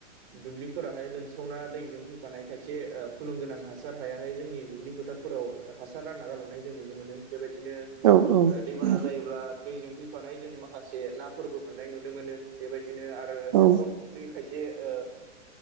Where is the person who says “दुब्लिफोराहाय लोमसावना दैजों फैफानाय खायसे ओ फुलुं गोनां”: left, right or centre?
Right